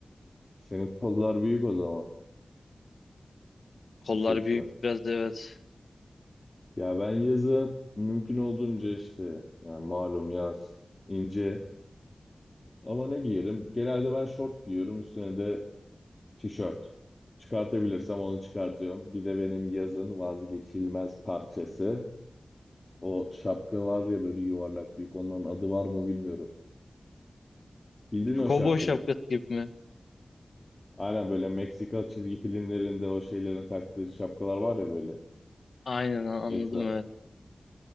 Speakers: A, on the left (about 30°); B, on the left (about 75°).
A: Senin kollar büyük o zaman.
B: Kollar
A: Bisepsler.
B: büyük biraz evet.
A: Ya ben yazın mümkün olduğunca işte yani malum yaz ince ama ne giyerim? Genelde ben şort giyiyorum üstüne de tişört. Çıkartabilirsem onu çıkartıyorum. Bir de benim yazın vazgeçilmez parçası. O şapka var ya böyle yuvarlak büyük. Onların adı var mı bilmiyorum. Bildin
B: Şu
A: o
B: Kovboy
A: şapkayı.
B: şapkası gibi mi?
A: Aynen böyle Meksika çizgi filmlerinde o şeylerin taktığı şapkalar var ya böyle.
B: Aynen a- anladım
A: Etra
B: evet.